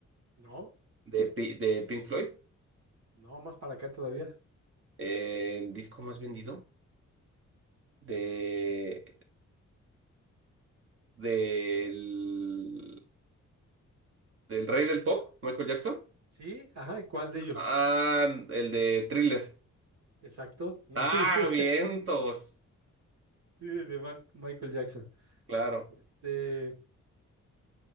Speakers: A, on the right (about 65°); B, on the right (about 45°).
A: No,
B: de, Pi- de Pink Floyd.
A: no, más para acá todavía.
B: Eh, el disco más vendido de, del, del rey del pop, Michael Jackson.
A: Sí, ajá, ¿y cuál de ellos?
B: Ah, el de Thriller.
A: Exacto. <laughs> Muy
B: Ah,
A: bien.
B: vientos.
A: Sí, de Ma- Michael Jackson.
B: Claro.
A: Este,